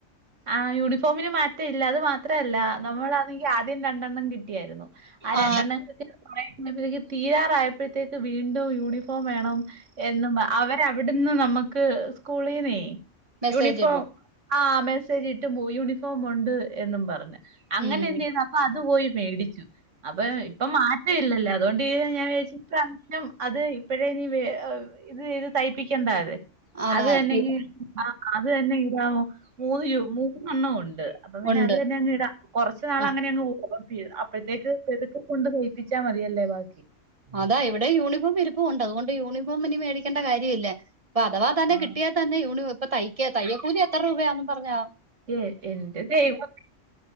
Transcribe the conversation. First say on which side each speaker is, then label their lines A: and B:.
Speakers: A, on the right (about 75°); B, on the right (about 35°).
A: ആഹ് യൂണിഫോമിന് മാറ്റം ഇല്ല അത് മാത്രം അല്ല നമ്മളാണെങ്കിൽ ആദ്യം രണ്ടെണ്ണം കിട്ടിയായിരുന്നു ആഹ്
B: ആ
A: രണ്ടെണ്ണം ഇട്ട് കീരാറായപ്പോഴത്ക്ക് വീണ്ടും യൂണഫോ ഇപ്പ വേണം എന്നും അവരവിടുന്ന് നമുക്ക് സ്കൂളീന്നേ
B: മെസ്സേജ്
A: യൂണിഫോം
B: ഇടും
A: ആഹ് മെസ്സേജ് ഇട്ടു യൂണിഫോം ഉണ്ട് എന്നും പറഞ്ഞ് അങ്ങനെ
B: ഉം
A: എന്ത് ചെയ്തു അപ്പൊ അത് പോയി മേടിച്ചു അപ്പൊ ഇപ്പൊ മാറ്റം ഇല്ലല്ലോ അതുകൊണ്ട് ഞാൻ വിചാരിച്ചു ഈ പ്രാവശ്യം അത് ഇപ്പഴേ ഇനി ഇത് ഇത് തയ്പ്പിക്കേണ്ട അതെ
B: അതാ
A: അത് തന്നെങ്കിൽ
B: ഇ-
A: ആഹ് അത് തന്നെ ഇടാവോ മൂന്ന് മൂന്നെണ്ണം ഉണ്ട് അപ്പ പിന്നെ
B: ഉണ്ട്
A: അത് തന്ന അങ്ങ് ഇടാം കുറച്ച
B: ആ
A: നാൾ അങ്ങനെ അങ്ങ് പോവേണ്ടി വരും അപ്പോഴത്തേക്ക് പതുക്കെ കൊണ്ട് തയിപ്പിച്ചാ മതിയല്ലേ ബാക്കി
B: അതാ ഇവിടെ യൂണിഫോം ഇരിപ്പുവുണ്ട് അതുകൊണ്ട് യൂണിഫോം ഇനി മേടിക്കേണ്ട കാര്യവില്ല അപ്പൊ അഥവാ തന്നെ
A: ആ
B: കിട്ടിയ തന്നെ യൂണി ഇപ്പ തയ്ക്ക തയ്യ കൂലി എത്ര രൂപയാന്നും പറഞാ
A: ഏഹ് എന്റെ ദൈവമേ